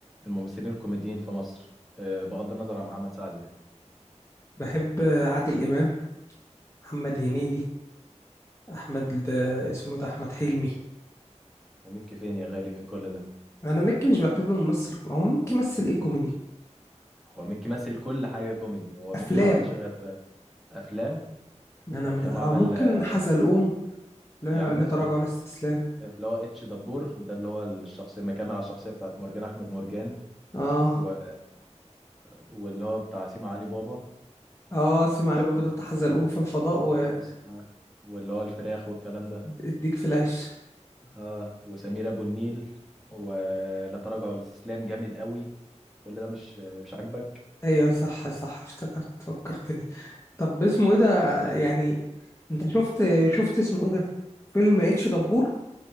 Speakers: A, in the centre; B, on the left.
A: الممثلين الكوميديين في مصر آه، بغض النظر عن محمد سعد يعني
B: بحب عادل امام محمد هنيدي احمد ده اسمه ده احمد حلمي
A: وميكي فين يا غالي من كل ده
B: انا مكي مش بعتبره ممثل هو ممكن يمثل ايه كوميدي
A: هو ميكي مثل كل حاجه كوميدي هو
B: افلام
A: ميكي ما عملش غير افلام
B: انا
A: افلام
B: م- آه،
A: عمل
B: ممكن
A: آه،
B: حزلقوم لا
A: يا عم
B: لا
A: اصبر
B: تراجع ولا استسلام
A: اللي هو اتش دبور ده اللي هو الشخصيه مكمل على الشخصيه بتاعت مرجان احمد مرجان
B: اه
A: و... واللي هو بتاع سيما علي بابا
B: اه سيما علي بابا
A: يعني
B: ده بتاع حزلقوم في الفضاء
A: و-
B: و...
A: وس- آه. واللي هو الفراخ والكلام ده
B: واديك في العش
A: اه وسمير ابو النيل ولا تراجع ولا استسلام جامد قوي كل ده مش مش عاجبك
B: ايوه صح صح افتكرت فكرتني طب اسمه ايه ده يعني انت شفت شفت اسمه ايه ده فيلم اتش دبور